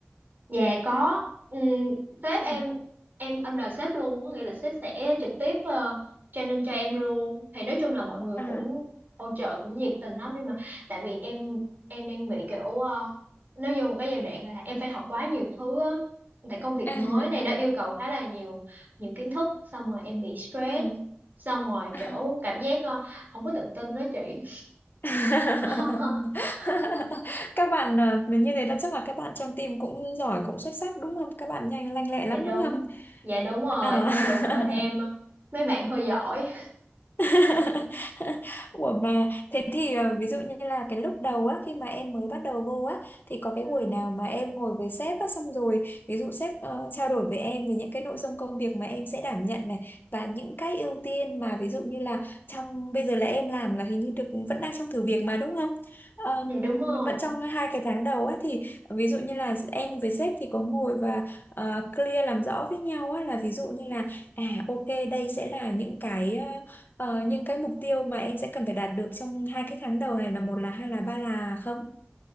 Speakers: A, on the right (about 45°); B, on the left (about 50°).
A: Dạ có Ừm, sếp
B: Ừ.
A: em em under sếp luôn có nghĩa là sếp sẽ trực tiếp ờ, training cho em luôn thì nói chung là mọi người
B: À
A: cũng hỗ trợ cũng nhiệt tình lắm nhưng mà tại vì em em đang bị kiểu ờ, nó vô một cái giai đoạn là em phải học quá nhiều thứ á tại công việc
B: à
A: mới
B: à
A: này nó yêu
B: à
A: cầu khá là nhiều nhiều kiến thức xong rồi em bị stress
B: à. à.
A: xong rồi
B: à.
A: kiểu cảm giác ờ, không có tự tin đó chị
B: <laughs>
A: <laughs>
B: Các bạn ờ, như thế là chắc là các bạn trong team cũng giỏi cũng xuất sắc đúng không? Các bạn nhanh lanh lẹ
A: dạ
B: lắm
A: đúng
B: đúng không?
A: dạ đúng rồi
B: À.
A: môi trường bên em
B: <laughs>
A: ờ, mấy bạn hơi giỏi
B: <laughs> Ủa mà thế thì ờ, ví dụ như là cái lúc đầu á khi mà em mới bắt đầu vô á thì có cái
A: <laughs>
B: buổi nào mà em ngồi với sếp á xong rồi ví dụ sếp ờ, trao đổi với em về những cái nội dung công việc mà em sẽ đảm nhận này và những cái ưu tiên mà ví dụ như là trong bây giờ là em làm là hình như được vẫn đang trong thử việc mà đúng không? Ờm,
A: Dạ đúng rồi.
B: vẫn trong hai cái tháng đầu á thì ví dụ như là em với sếp thì có ngồi và ờ, clear làm rõ với nhau á là ví dụ như là À ok đây sẽ là những cái ờ, Ờ, những cái mục tiêu mà em sẽ cần phải đạt được trong hai cái tháng đầu này là một là hai là ba là không?